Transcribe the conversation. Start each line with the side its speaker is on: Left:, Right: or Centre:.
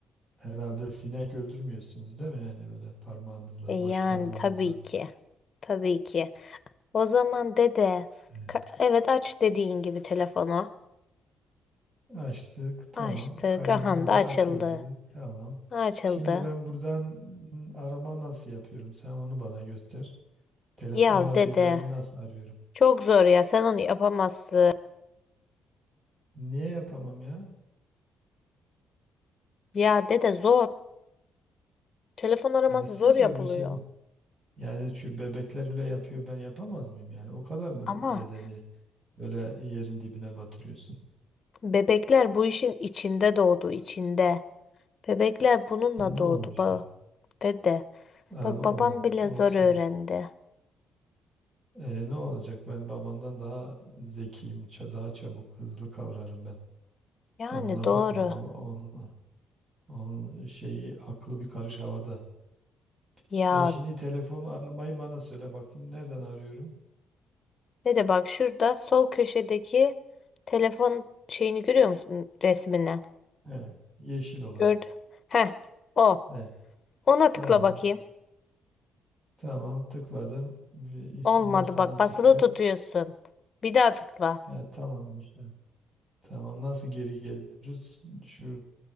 Right: Herhalde sinek öldürmüyorsunuz değil mi? Yani böyle parmağınızla,
Left: E yani
Right: baş parmağınızla.
Left: tabii ki. Tabii ki. O zaman dede,
Right: Evet.
Left: ka- evet aç dediğin gibi telefonu.
Right: Açtık, tamam.
Left: Açtık.
Right: Kaydırınca
Left: Aha da açıldı.
Right: açıldı, tamam.
Left: Açıldı.
Right: Şimdi ben buradan m, arama nasıl yapıyorum? Sen onu bana göster. Telefonla
Left: Ya dede,
Right: birilerini nasıl arıyorum?
Left: çok zor ya. Sen onu yapamazsın.
Right: Niye yapamam ya?
Left: Ya dede zor. Telefon araması
Right: Nesi
Left: zor
Right: zor
Left: yapılıyor.
Right: bir şey? Yani şu bebekler bile yapıyor, ben yapamaz mıyım? Yani o kadar mı
Left: Ama
Right: dedeni böyle yerin dibine batırıyorsun?
Left: bebekler bu işin içinde doğdu, içinde. Bebekler bununla
Right: E, Ne
Left: doğdu
Right: olmuş
Left: ba
Right: yani?
Left: dede.
Right: Abi
Left: Bak
Right: o,
Left: babam bile
Right: olsun.
Left: zor öğrendi.
Right: E, ne olacak? Ben babandan daha zekiyim, ça- daha çabuk, hızlı kavrarım ben. Sen
Left: Yani
Right: ona
Left: doğru.
Right: bakma, o onun, onun şeyi aklı bir karış havada.
Left: Ya
Right: Sen şimdi telefonu aramayı bana söyle bakayım. Nereden arıyorum?
Left: Ne de bak şurada sol köşedeki telefon şeyini görüyor musun resmini?
Right: He, yeşil olan.
Left: Gördüm. Heh, o.
Right: He,
Left: Ona
Right: tamam,
Left: tıkla bakayım.
Right: tamam. Tıkladım, Bir isimler
Left: Olmadı
Right: falan
Left: bak
Right: çıktı.
Left: basılı tutuyorsun. Bir daha tıkla.
Right: He, tamamdır. He, Tamam, nasıl geri geliyoruz? Şu